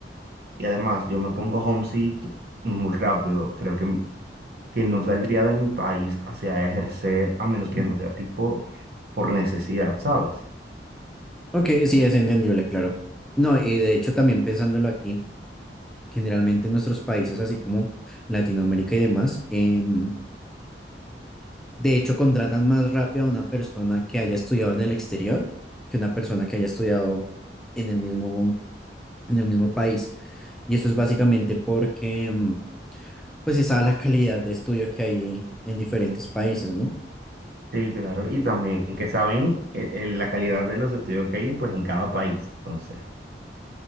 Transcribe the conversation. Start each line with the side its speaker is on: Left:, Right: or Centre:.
Right: Y además, yo me pongo homesick muy rápido, creo que, que no saldría de mi país hacia ejercer, a menos que no sea tipo por necesidad, ¿sabes?
Centre: Ok, sí, es entendible, claro. No, y de hecho también pensándolo aquí, generalmente en nuestros países, así como Latinoamérica y demás, em, de hecho contratan más rápido a una persona que haya estudiado en el exterior que una persona que haya estudiado en el mismo en el mismo país. Y eso es básicamente porque, mm, pues, se sabe la calidad de estudio que hay en diferentes países, ¿no?
Right: Sí, claro. Y también que saben eh, eh, la calidad de los estudios que hay, pues en cada país. Entonces,